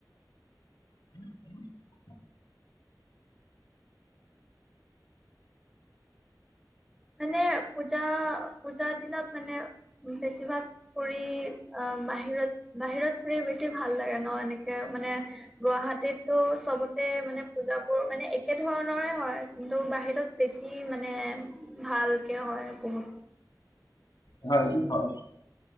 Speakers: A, on the left; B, in the centre.
A: <inaudible>
B: মানে পূজা পূজা দিনত মানে বেছিভাগ ফুৰি আ বাহিৰত বাহিৰত ফুৰি বেছি ভাল লাগে ন এনেকে মানে গুৱাহাটীতো চবত তে মানে পূজাবোৰ মানে একেধৰণৰে হয় কিন্তু বাহিৰত বেছি মানে ভালকে হয় বহুত
A: হয় কি হয়?